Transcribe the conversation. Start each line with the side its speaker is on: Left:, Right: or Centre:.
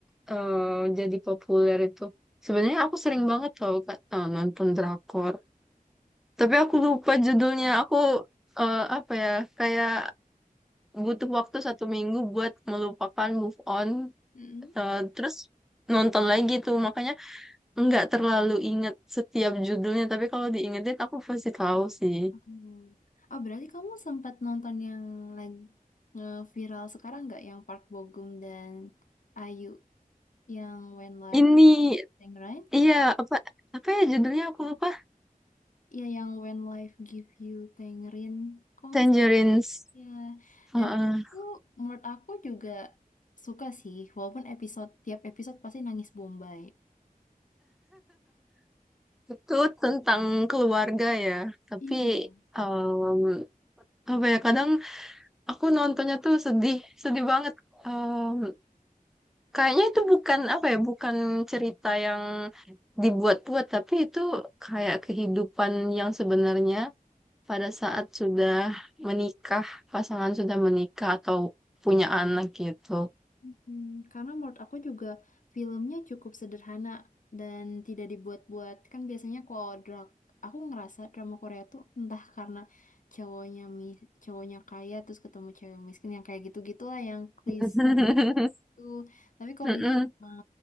Centre: eh, jadi populer itu. Sebenarnya aku sering banget tau Kak eh, nonton drakor. Tapi aku lupa judulnya. Aku eh, apa ya? Kayak butuh waktu satu minggu buat melupakan move on
Left: Mm-mm.
Centre: Eh, terus nonton lagi tuh makanya nggak terlalu inget setiap judulnya tapi kalau diingetin aku pasti tahu sih
Left: Hmm. Oh, berarti kamu sempat nonton yang lagi viral sekarang nggak? Yang Park Bo Gum dan Ayu, yang When Life
Centre: ini
Left: Tangerine?
Centre: iya apa apa ya judulnya aku lupa
Left: Iya, yang When Life Give You Tangerine. Kok nggak
Centre: Tangerines
Left: salah ya?
Centre: Heeh.
Left: Dan itu menurut aku juga suka sih, walaupun episode tiap episode pasti nangis Bombay.
Centre: itu tentang keluarga ya tapi
Left: Iya.
Centre: em, apa ya kadang aku nontonnya tuh sedih sedih banget Em, kayaknya itu bukan apa ya bukan cerita yang dibuat-buat tapi itu kayak kehidupan yang sebenarnya pada saat sudah menikah, pasangan sudah menikah atau punya anak gitu.
Left: Hmm, karena menurut aku juga filmnya cukup sederhana dan tidak dibuat-buat. Kan biasanya kalau drak, aku ngerasa drama Korea tuh entah karena cowoknya mi cowoknya kaya terus ketemu cewek miskin yang kayak gitu gitulah yang klise
Centre: <laughs>
Left: tuh. Tapi kalau
Centre: Mm-mm,
Left: ini emang